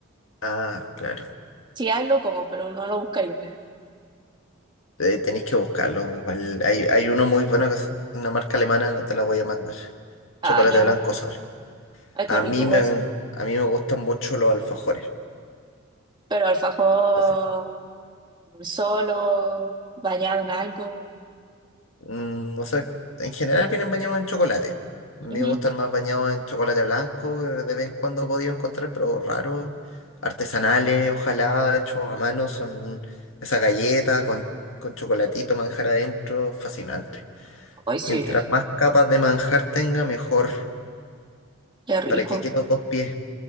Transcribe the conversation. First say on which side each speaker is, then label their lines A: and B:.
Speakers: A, on the left; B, on the right.
A: Ah, claro.
B: Si hay, lo como, pero no lo buscaría.
A: eh, tenéis que buscarlo. igual Hay, hay uno muy bueno que es una marca alemana, no te la voy a mandar.
B: Ah,
A: Chocolate
B: ya,
A: blanco solo.
B: ay,
A: A
B: qué rico
A: mí
B: igual.
A: me, a mí me gustan mucho los alfajores.
B: Pero alfajor
A: así.
B: solo, bañado en algo.
A: Mm, o sea, en general vienen bañados en chocolate. A mí
B: Ujú.
A: me gustan más bañados en chocolate blanco, eh, de vez en cuando he podido encontrar, pero raros. Artesanales, ojalá, hechos a mano, son esa galleta con, con chocolatito, manjar adentro, fascinante.
B: Ay, sí,
A: Mientras más capas de manjar tenga, mejor.
B: qué rico.
A: ¿Para qué quiero dos pies?